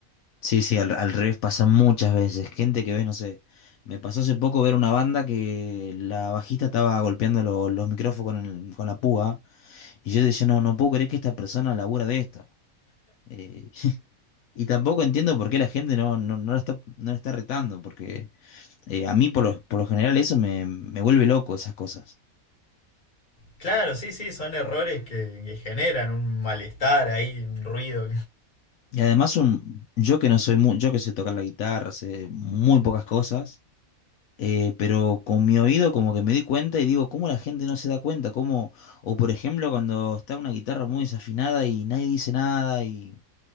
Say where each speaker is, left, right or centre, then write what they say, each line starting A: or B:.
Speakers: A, on the left (about 75°); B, on the left (about 35°).
A: Sí, sí, al, al revés pasa muchas veces. Gente que ves, no sé. Me pasó hace poco ver una banda que la bajista estaba golpeando lo- los micrófonos con, el- con la púa. Y yo decía, no, no puedo creer que esta persona labura de esto. Eh, <laughs> y tampoco entiendo por qué la gente no, no, no la está, no la está retando. Porque eh, a mí, por lo, por lo general, eso me, me vuelve loco, esas cosas.
B: Claro, sí, sí, son errores que, que generan un malestar ahí, un ruido.
A: Y además, un, yo que no soy muy, yo que sé tocar la guitarra, sé muy pocas cosas. eh, pero con mi oído como que me di cuenta y digo, ¿cómo la gente no se da cuenta? ¿Cómo? O por ejemplo, cuando está una guitarra muy desafinada y nadie dice nada y,